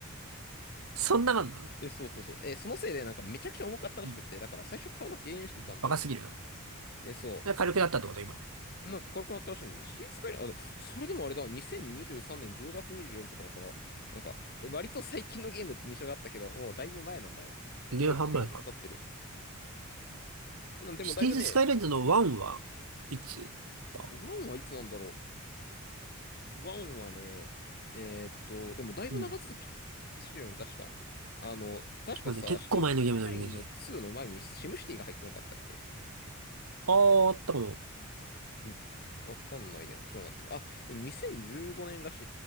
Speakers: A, on the right (about 85°); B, on the left (about 45°).
A: そんな感じなの
B: え、そうそうそう。え、そのせいで、なんか、めちゃくちゃ重かったらしくって、
A: うん。
B: だから、最初顔の減塩してたんだよね。
A: バカすぎるな。
B: え、そ
A: で軽くなったってこと今。
B: う。なんか、軽くなったらしいんだよね。シティーズスカイライン、あ、それでもあれだ、2023年10月24とかだから、なんか、え割と最近のゲームって印象があったけど、もうだいぶ前なんだな。
A: 2年半前か。
B: もう1年以上経ってる。うんでも、
A: シティーズスカイレンズの1は、
B: だいぶね、
A: いつだ
B: ワンはいつなんだろう。ワンはね、えーっと、でもだいぶ長続きしてるよね、
A: うん。
B: 確か。あの、確かさ、
A: まあね、結構前のゲームのイメージ。
B: シティーズ・スカイラインの2の前にシムシティが入ってなかったっけ
A: ああ、あったかも。
B: んわかんないや。ちょっと待って。あ、でも2015年らし